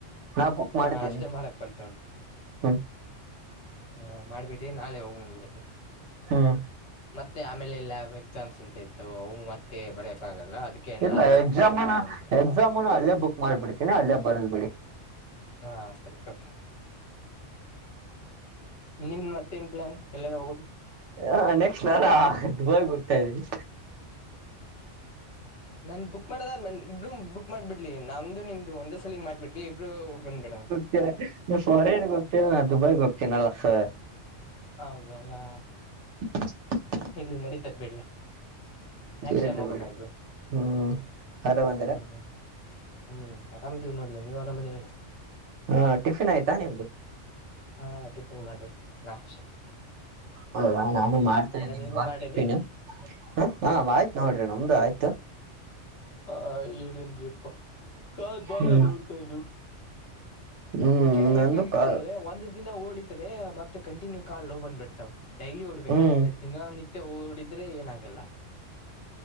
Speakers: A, on the right (about 70°); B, on the left (about 65°).
A: ನಾ ಬುಕ್
B: ಹಾ
A: ಮಾಡ್ತೀನಿ
B: ಅಷ್ಟೇ ಮಾಡಕಂತೊಗೊಳಿ.
A: ಹ್ಮ್
B: ಹಾ ಮಾಡಬಿಡಿ ನಾಳೆ ಹೋಗ್ ಬಿಂದಬಿಡ್ತಿನಿ.
A: ಹ್ಮ
B: ಮತ್ತೆ ಆಮೇಲೆ ಲ್ಯಾಬ್ ಎಕ್ಸಾಮ್ಸ್ ಅಂತ ಇರ್ತಾವು ಅವು ಮತ್ತೆ ಬರೆಯಕ್ಕಾಗಲ್ಲ ಅದಕ್ಕೆ
A: ಇಲ್ಲಾ
B: ನಾಳೆ ಬುಕ್
A: ಎಕ್ಸಾಮನ
B: ಮಾಡ್ಬಿಡಿ ಹೋಗ್ ಬಂದ್ಬಿಡಿ
A: ಎಕ್ಸಾಮನ ಅಲ್ಲೇ ಬುಕ್ ಮಾಡ್ಬಿಡ್ತೀನಿ ಅಲ್ಲೇ ಬರ್ದ್ ಬಿಡಿ.
B: ಹಾ ಸರಿ ತೊ. ನಿಮ್ ಮತ್ತೇನ್ ಪ್ಲಾನ್ ಎಲ್ಲನ ಹೋಗೋದು.
A: ಹ ನೆಕ್ಸ್ಟ್ ನಾನ ದುಬಾಯಿಗಿ ಹೋಗ್ತಾ ಇದಿನಿ.
B: ನನ್ ಬುಕ್ ಮಾಡೋದಾದ್ ಇಬ್ರು ಬುಕ್ ಮಾಡ್ಬಿಡ್ಲಿ ನಮ್ದು ನಿುಮ್ದು ಒಂದೆ ಸಲಗ್ ಮಾಡ್ಬಿಡ್ಲಿ ಇಬ್ರು ಹೋಗ್ಬಂದ್ಬಿಡೋಣ.
A: <unintelligible> ಫಾರೇನ್ಗೆ ಹೋಗ್ತೀಲ್ಲ ನಾನ್ ದುಬೈಗೆ ಹೋಗ್ತೀನಲ್ಲ ಸರ್.
B: ಹೌದಲ್ಲ.
A: <inaudible>
B: ಇಲ್ಲಿ ನಡೀತದೆ ಬಿಡ್ರಿ. ನೆಕ್ಸ್ಟ್
A: ಇರ್ಲಿ
B: ಟೈಮ್ ಹೋಗೋಣ
A: ಬಿಡಿ
B: ನಾವಿಬ್ರು
A: ಹ್ಮ್ ಆರಾಮದೀರಾ
B: ಹ್ಮ ಹ್ಮ. ಹ್ಞೂ ಆರಾಮದಿವಿ ನೋಡರಿ ನೀವು ಆರಾಮದೀರಲ.
A: ಹಾ ಟಿಫಿನ್ ಆಯ್ತಾ ನಿಮ್ದು.
B: ಹಾ ಟಿಫನ್ ಮಾಡ್ಬೇಕು ನಾಷ್ಟಾ
A: ಹೌದ ನಾನು ಮಾಡ್ತಾ ಇದ್ದೀನಿ
B: ನಿಮ್ದು
A: ಇವಾಗ
B: ಮಾಡಿರಿ
A: ಟಿಫಿನ್. ಹ್ ಹ ಆಯ್ತ್ ನೋಡ್ರಿ ನಮ್ದು ಆಯ್ತು.
B: ಹಾ ಹೇಳೇನ್ರಿಪ್ಪಾ ಕಾಲ್ ಬಾಳ
A: ಹ್ಮ್
B: ನೊಯ್ತಾ ಇದಾವು.
A: ಹ್ಮ್
B: ಈಗೆ ಹೆಂಗಾಗಿತ್ತಂದ್ರೆ
A: ನಂದು ಕಾ
B: ಒಂದ್ ದಿನ ಓಡಿದ್ ರೆ ಮತ್ತೆ ಕಂಟಿನ್ಯೂ ಕಾಲ್ ನೋವು ಬಂದ್ ಬಿಡ್ತಾವ್ ಡೈಲಿ ಓಡ್ಬೇಕ
A: ಹ್ಮ್
B: ಅಂದ್ರೆ ದಿನ ನಿತ್ಯ ಓಡಿದ್ರೆ ಏನಾಗ ಗಲ್ಲ.